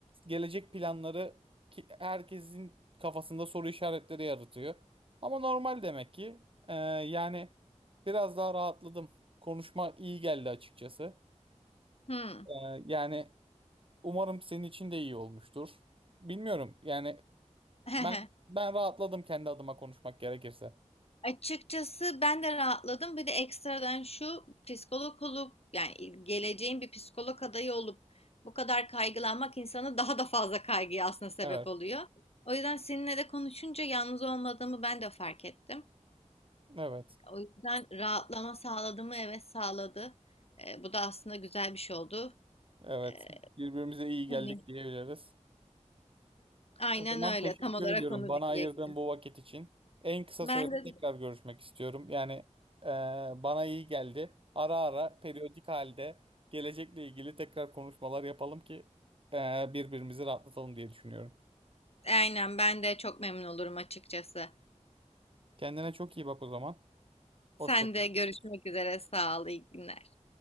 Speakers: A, on the right (about 45°); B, on the left (about 55°).
A: Gelecek planları ki herkesin kafasında soru işaretleri yaratıyor. Ama normal demek ki. Ee, yani biraz daha rahatladım. Konuşma iyi geldi açıkçası.
B: hı.
A: Ee, yani umarım senin için de iyi olmuştur. Bilmiyorum. Yani
B: <laughs>
A: ben ben rahatladım kendi adıma konuşmak gerekirse.
B: Açıkçası ben de rahatladım. Bir de ekstradan şu psikolog olup yani geleceğin bir psikolog adayı olup bu kadar kaygılanmak insanı daha da fazla kaygıya aslında sebep
A: Evet,
B: oluyor. O yüzden seninle de konuşunca yalnız olmadığımı ben de fark ettim.
A: evet,
B: O yüzden rahatlama sağladı mı? Evet sağladı. Ee, bu da aslında güzel bir şey oldu.
A: evet.
B: Ee,
A: Birbirimize iyi geldik
B: hani
A: diyebiliriz.
B: aynen
A: O zaman
B: öyle.
A: teşekkür
B: Tam olarak
A: ediyorum
B: onu
A: bana
B: diyecektim.
A: ayırdığın bu vakit için. En kısa
B: Ben
A: sürede
B: de
A: tekrar görüşmek istiyorum. Yani e, bana iyi geldi. Ara ara periyodik halde gelecekle ilgili tekrar konuşmalar yapalım ki e, birbirimizi rahatlatalım diye düşünüyorum.
B: <laughs> aynen ben de çok memnun olurum açıkçası.
A: Kendine çok iyi bak o zaman. Hoşça
B: Sen de görüşmek üzere. Sağ ol. iyi günler.